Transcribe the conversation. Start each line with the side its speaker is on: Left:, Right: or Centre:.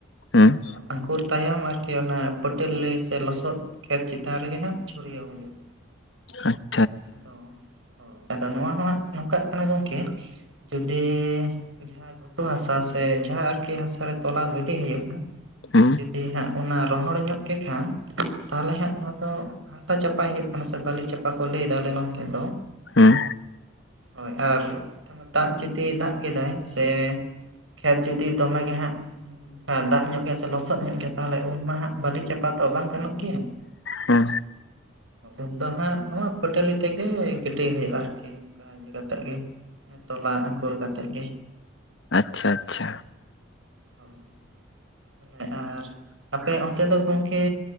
Left: ᱦᱩᱸ
Right: ᱟᱫᱚ ᱟᱝᱠᱩᱨ ᱛᱟᱭᱚᱢ ᱟᱨᱠᱤ ᱚᱱᱟ ᱯᱟᱹᱴᱟᱹᱞᱤ ᱥᱮ ᱥᱮ ᱞᱚᱥᱚᱫ ᱠᱷᱮᱛ ᱪᱮᱛᱟᱱ ᱨᱮᱜᱮ ᱦᱟᱸᱜ ᱪᱷᱩᱲᱭᱟᱹᱣ ᱦᱩᱭᱩᱜ-ᱟ᱾
Left: <unintelligible>
Right: ᱟᱫᱚ ᱦᱳᱭ ᱟᱫᱚ ᱱᱚᱣᱟ ᱦᱚᱸ ᱦᱟᱸᱜ ᱱᱚᱝᱠᱟᱜ ᱠᱟᱱᱟ ᱜᱚᱝᱠᱮ ᱡᱩᱫᱤ ᱡᱟᱦᱟᱸ ᱜᱷᱩᱴᱩ ᱦᱟᱥᱟ ᱥᱮ ᱡᱟᱦᱟᱸ ᱟᱨᱠᱤ ᱦᱟᱥᱟᱨᱮ ᱛᱚᱞᱟ ᱜᱤᱰᱤ ᱦᱩᱭᱩᱜᱼᱟ,
Left: ᱦᱩᱸ
Right: ᱡᱩᱫᱤ ᱦᱟᱸᱜ ᱚᱱᱟ ᱨᱚᱦᱚᱲ ᱧᱚᱜ ᱠᱮᱜ ᱠᱷᱟᱱ ᱛᱟᱦᱚᱞᱮ ᱦᱟᱸᱜ ᱱᱚᱣᱟ ᱫᱚ ᱦᱟᱥᱟ ᱪᱟᱯᱟᱭ ᱦᱩᱭᱩᱜ ᱠᱟᱱᱟ ᱥᱮ ᱵᱟᱹᱞᱤ ᱪᱟᱯᱟ ᱠᱚ ᱞᱟᱹᱭ ᱮᱫᱟ ᱟᱞᱮ ᱱᱚᱱᱛᱮ ᱫᱚ᱾
Left: ᱦᱩᱸ᱾
Right: ᱦᱳᱭ ᱟᱨ <unintelligible> ᱫᱟᱜ ᱡᱩᱫᱤ ᱫᱟᱜ ᱠᱮᱫᱟᱭ ᱥᱮ ᱠᱷᱮᱛ ᱡᱩᱫᱤ ᱫᱚᱢᱮ ᱜᱮ ᱦᱟᱜᱸ ᱦᱩᱸ ᱫᱟᱜ ᱧᱚᱜ ᱜᱮᱭᱟ ᱥᱮ ᱞᱚᱥᱚᱫ ᱧᱚᱜ ᱜᱮᱭᱟ ᱛᱟᱦᱚᱞᱮ ᱩᱱᱢᱟ ᱦᱟᱸᱜ ᱵᱟᱹᱞᱤ ᱪᱟᱯᱟ ᱫᱚ ᱵᱟᱝ ᱜᱟᱱᱚᱜ ᱜᱮᱭᱟ,
Left: ᱦᱩᱸ᱾
Right: ᱩᱱ ᱫᱚ ᱦᱟᱸᱜ ᱱᱚᱣᱟ ᱠᱷᱟᱹᱴᱟᱹᱞᱤ ᱛᱮᱜᱮ ᱜᱤᱴᱟᱹᱭ ᱦᱩᱭᱩᱜᱼᱟ, ᱟᱨᱠᱤ ᱚᱱᱠᱟ ᱤᱭᱟᱹ ᱠᱟᱛᱮᱜ ᱜᱮ᱾ ᱚᱱᱮ ᱛᱚᱞᱟ ᱟᱝᱠᱩᱨ ᱠᱟᱛᱮᱜ ᱜᱮ᱾
Left: ᱟᱪᱪᱷᱟ ᱟᱪᱪᱷᱟ᱾
Right: ᱦᱳᱭ᱾ ᱛᱟᱞᱦᱮ ᱟᱨ ᱟᱯᱮ ᱚᱱᱛᱮ ᱫᱚ ᱜᱚᱝᱠᱮ